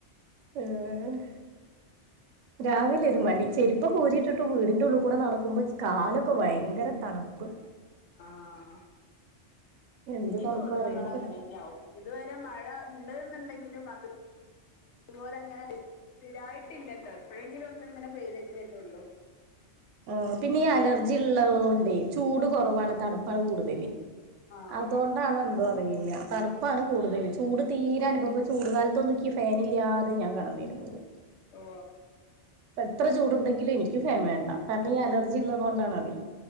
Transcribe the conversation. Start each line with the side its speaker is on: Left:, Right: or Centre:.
Right: ഏ ഹ് രാവിലെ ഒരു മടി. ചെരുപ്പൊക്കെ ഉൂരിട്ടിട്ട് വീടിന്റെറെ ഉള്ളിൽ കൂടെ നടക്കുമ്പോ കാലൊക്കെ ഭയങ്കര തണുപ്പ്.
Left: ആഹ്
Right: എന്ത്
Left: ഇനിയിപ്പോ
Right: തണുപ്പാറിയോ
Left: ഇവിടുന്ന അങ്ങട് അങ്ങനെന്നെ ആവും. ഇതുവരെ മഴ ഇണ്ടന്നുണ്ടെങ്കിലും അത് <inaudible> അതുപോലെ അങ്ങനെ സ്ഥിരായിട്ടില്ലല്ലോ. എപ്പോഴെങ്കിലും ഒന്ന് ഇങ്ങനെ പെയ്തെങ്കിലല്ലെ ഉള്ളൂ.
Right: ആ പിന്നെ ഈ അലർജി ഉള്ളതോണ്ടെ ചൂട് കൊറവാണ്
Left: ആഹ്
Right: തണുപ്പാണ് കൂടുതല്.
Left: ആഹ്
Right: അതുകൊണ്ടാണോ എന്തൊ അറിയില്ല്യ തണുപ്പാണ് കൂടുതൽ. ചൂട് തീരെ അനുഭവ ഇപ്പ ചൂട് കാലത്തൊന്നും ൻക്കി ക്ക് ഫാനില്ലാതെ ഞാൻ കടന്നിരുന്നത്.
Left: ഓ
Right: പ്പൊ എത്ര ചൂടുണ്ടെങ്കിലും ഇനിക്ക് ഫേൻ വേണ്ട. കാരണം ഈ അലർജി ഉള്ളതൊണ്ടാണത്.